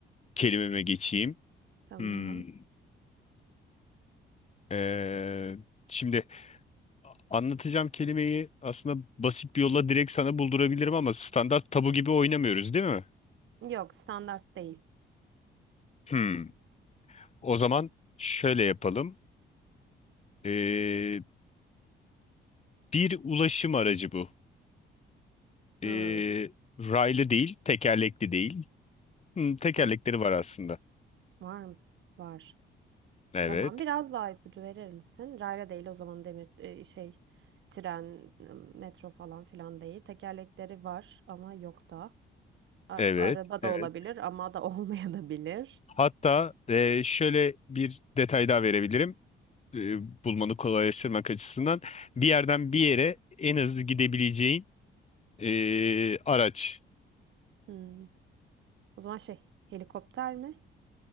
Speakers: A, on the left (about 35°); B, on the right (about 70°).
A: kelimeme geçeyim.
B: Tamam.
A: Hmm. Ee, şimdi anlatacağım kelimeyi aslında basit bir yolla direkt sana buldurabilirim ama standart tabu gibi oynamıyoruz değil mi?
B: Yok, standart değil.
A: Hmm. O zaman şöyle yapalım. Ee, bir ulaşım aracı bu.
B: Hmm.
A: Ee, raylı değil, tekerlekli değil. Hmm, tekerlekleri
B: Ah,
A: var aslında.
B: Var mı? Var.
A: Evet,
B: Tamam. Biraz daha ipucu verir misin? Rayla değil o zaman demir e, şey tren, e, metro falan filan değil. Tekerlekleri var ama yok da. A-
A: evet,
B: araba da
A: evet.
B: olabilir ama da <laughs> olmayabilir.
A: Hatta e, şöyle bir detay daha verebilirim. e, bulmanı kolaylaştırmak açısından bir yerden bir yere en hızlı gidebileceğin e, araç.
B: Hmm. O zaman şey helikopter mi?